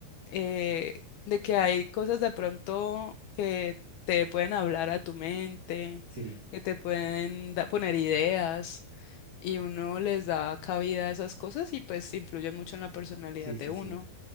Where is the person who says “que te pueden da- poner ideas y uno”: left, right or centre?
Left